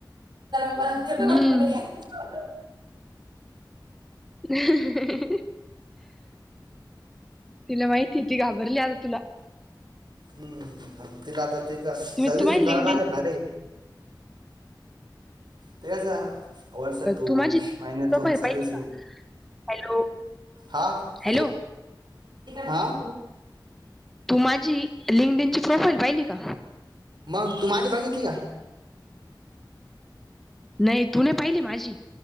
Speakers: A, on the right; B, in the centre.
A: <unintelligible> हो
B: हम्म
A: <unintelligible>
B: हं तिला माहिती ती घाबरली आ तुला
A: हम्म तिला तर तिचं सर्विसिंग
B: तुम्ही तू माझी
A: काढून
B: लिंकडिन
A: आणलं ना रे? ते कसं वर्षातून
B: तू माझी
A: महिन्यातून
B: प्रोफाईल
A: सर्विसिंग
B: पाहिली का हॅलो
A: हा <unintelligible>
B: हॅलो
A: आ
B: तू माझी लिंकडीन ची प्रोफाईल पाहिली का?
A: मग तू माझी बघितली का?
B: नाही तु ने पाहिली माझी.